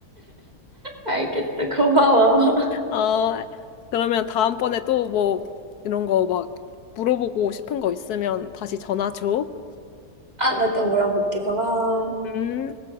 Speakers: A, on the right; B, on the left.
A: 알겠어. 고마워.
B: 아, 그러면 다음번에 또 뭐 이런 거 막 물어보고 싶은 거 있으면 다시 전화 줘.
A: 아, 나 또 물어볼게. 고마워.
B: 음.